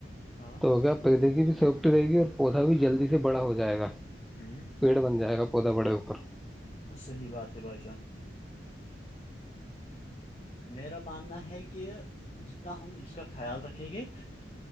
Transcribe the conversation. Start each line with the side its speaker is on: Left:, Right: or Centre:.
Left: ہاں
Centre: تو کیا پودے کی بھی سیفٹی رہے گی اور پودا بھی جلدی سے بڑا ہو جائے گا
Left: ہوں
Centre: پیڑ بن جائے گا پودا بڑےوپر <unintelligible>
Left: صحیح بات ہے بھائی جان میرا ماننا ہے کہ جتنا ہم اس کا خیال رکھیں گے